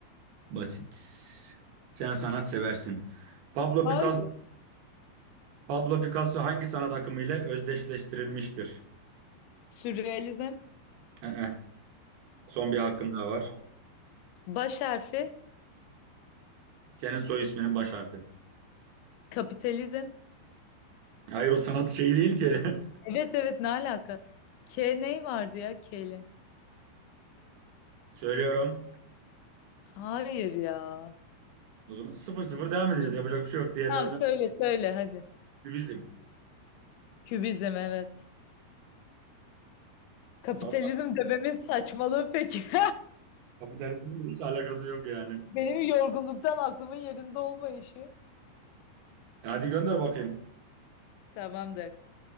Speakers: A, on the right (about 70°); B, on the left (about 80°).
A: Basit. Sen sanat seversin. Pablo
B: Hayır.
A: Picasso, Pablo Picasso hangi sanat akımı ile özdeşleştirilmiştir?
B: Sürrealizm.
A: Ee, son bir hakkın daha var.
B: Baş harfi.
A: Senin soy isminin baş harfi.
B: Kapitalizm.
A: Hayır o sanat şeyi değil ki. <laughs>
B: Evet evet ne alaka? K ney vardı ya K ile?
A: Söylüyorum.
B: Hayır ya.
A: O zaman 0-0 devam edeceğiz. Yapacak bir şey yok. Diğerlerinden
B: Tamam söyle söyle hadi.
A: bizim.
B: Kübizm evet. Kapitalizm
A: Salla.
B: dememin saçmalığı peki. <laughs>
A: Kapitalizmin hiç alakası yok yani.
B: Benim yorgunluktan aklımın yerinde olmayışı.
A: E Hadi gönder bakayım.
B: Tamamdır.